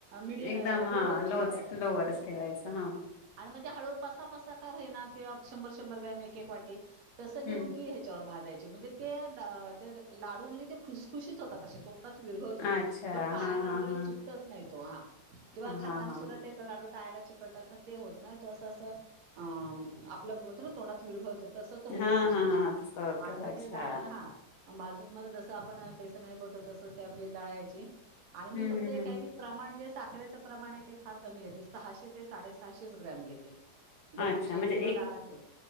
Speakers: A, on the right; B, on the left.
A: मिडि
B: एकदम
A: लोवरच
B: हा लोच
A: ठेवायचा
B: लो वरच ठेवायचं हा.
A: आणि मग ते हळू पासा पसा का होईना, किंवा शंभर शंभर ग्राम एक एक वाटी. तसं घेऊन
B: हम्म
A: ती ह्याच्यावर भाजाय म्हणजे ते अ लाडू म्हणजे ते खुसखुशीत होतात अशे तोंडात विरघळतो
B: अच्छा
A: तो तो टाळ्याला
B: हा हा
A: वगैरे
B: हा
A: चिकटत नाहीत. <inaudible> किंवा
B: हा
A: खाताना
B: हा
A: सुद्धा ते लाडू टाळ्याला चिकटतात ना ते होत नाही तो असं असं अ आपलं बोलतो ना तोंडात विरघळतो तसं तो होतो
B: हा
A: खुशखुशीत
B: हा हा तसं होतं
A: आणि मग
B: अच्छा
A: ते डाळ हा भाजून मग जसं आपण बेसन हे करतो तसंच ते आपली दळायची. आणि
B: हम्म
A: मी फक्त
B: हम्म
A: हे
B: हम्म
A: काय मी प्रमाण जे साखरेचंप्रमाण आहे ते फार कमी घेते सहाशे ते साडेसहाशे च ग्रॅम घेते. जर
B: अच्छा
A: तुमची
B: म्हणजे
A: एक किलो डाळ असेल